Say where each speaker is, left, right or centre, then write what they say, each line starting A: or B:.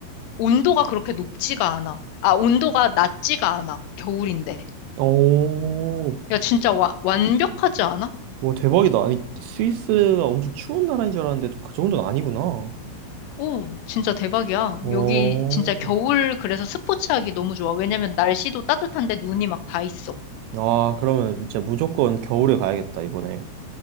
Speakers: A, on the left; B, on the right.
A: 온도가 그렇게 높지가 않아. 아, 온도가 낮지가 않아. 겨울인데.
B: 오.
A: 야, 진짜 와- 완벽하지 않아?
B: 오, 대박이다. 아니, 스위스가 엄청 추운 나라인 줄 알았는데 또 그 정도는 아니구나.
A: 오, 진짜 대박이야.
B: 어.
A: 여기 진짜 겨울 그래서 스포츠하기 너무 좋아. 왜냐면 날씨도 따뜻한데 눈이 막 다 있어.
B: 아, 그러면 진짜 무조건 겨울에 가야겠다, 이번에.